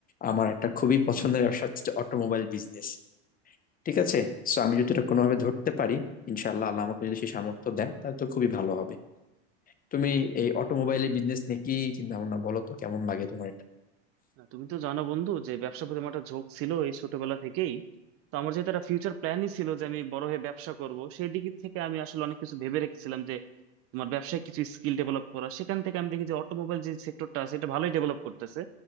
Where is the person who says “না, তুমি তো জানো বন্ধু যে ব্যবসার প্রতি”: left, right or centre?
Right